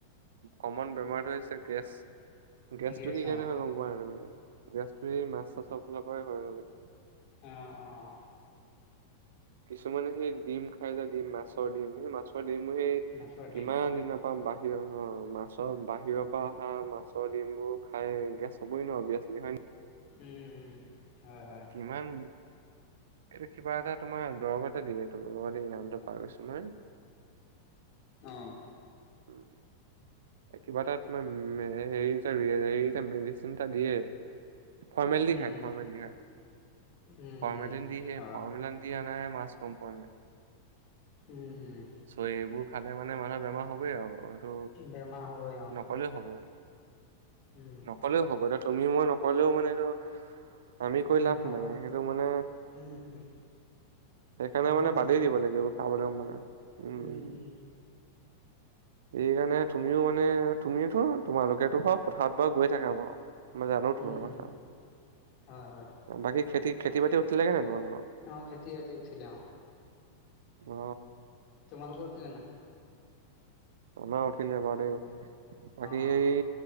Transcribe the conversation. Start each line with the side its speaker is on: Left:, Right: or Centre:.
Right: কমন বেমাৰটো হৈছে গেছ গেছটো
Left: গেছ
Right: কি কাৰণে
Left: অ
Right: হয় গম পোৱা নাই তুমি গেছটো সেই মাছ চাছৰ পৰাই হয় আৰু।
Left: অঁ-অঁ,
Right: কিছুমানে সেই ডিম খাই যে ডিম মাছৰ ডিম সেই মাছৰ ডিম ডিম সেই
Left: অ মাছৰ
Right: কিমান
Left: ডিম
Right: দিনৰ পৰা বাহিৰৰ মাছৰ বাহিৰৰ পৰা অহা মাছৰ ডিমবোৰ খাই গেছ হ'বই ন অভিয়াচলি হয় ন?
Left: উম - উম। হয় হয়
Right: কিমান এইটো কিবা এটা তোমাৰ দ্ৰৱ এটা দিয়ে ধৰিলো নামটো পাহৰিছো মই। <inaudible>
Left: অ',
Right: উম, কিবা এটা তোমাৰ হেৰি এটা হেৰি এটা মেডিচিন এটা দিয়ে। ফৰ্মেলি
Left: উম
Right: খাই, ফৰ্মেলি খাই।
Left: উম
Right: ফৰ্মেলিন
Left: উম
Right: দি হে
Left: অ
Right: ফৰ্মেলিন দি আনা মাছ কম্পেনীয়ে।
Left: উম উম
Right: চ সেইবোৰ খালে মানে মানুহৰ বেমাৰ হবই আৰু। এইটো
Left: বেমাৰ হ'ব অ',
Right: নকলেও হ'ব
Left: উম
Right: নকলেও হ'ব দে তুমি মই নকলেও মানেটো আমি কৈ
Left: উম
Right: লাভ
Left: হ'বই
Right: নাই সেইটো মানে
Left: উম উম
Right: সেইকাৰণে
Left: মানুহে
Right: মানে বাদেই দিব লাগে খাবলৈ মানে। উম
Left: উম-উম,
Right: উম। সেইকাৰণে তুমিও মানে তুমিওটো তোমালোকেতো বাৰু পথাৰত বাৰু গৈ থাকা বাৰু। মই জানো তোমাৰ
Left: উম
Right: কথা
Left: হয় হয়
Right: বাকী খেতি-খেতি বাতি উঠিলে নে নাই তোমাৰ
Left: অ, খেতি বাতি উঠিলে অ,
Right: অ
Left: তোমালোক উঠিল নে নাই?
Right: আমাৰ উঠিলে বাৰ দেই বাকী
Left: অ',
Right: সেই